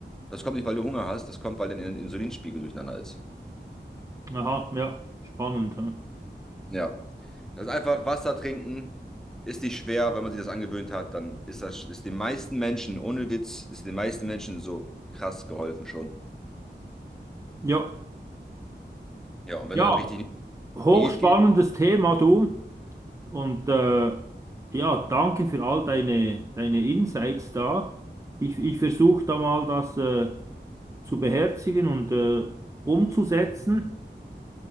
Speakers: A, in the centre; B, on the right (about 15°).
A: Das kommt nicht, weil du Hunger hast, das kommt, weil dein Insulinspiegel durcheinander ist.
B: Aha, ja, spannend. hä?
A: Ja. Das ist einfach Wasser trinken, ist nicht schwer, wenn man sich das angewöhnt hat, dann ist das ist den meisten Menschen, ohne Witz, ist den meisten Menschen so krass geholfen schon.
B: Ja,
A: Ja, und wenn
B: ja,
A: du dann richtig in
B: hochspannendes
A: die Diät gehst,
B: Thema, du. Und äh, ja, danke für all deine, deine Insights da. Ich, ich versuche da mal das äh, zu beherzigen und äh, umzusetzen.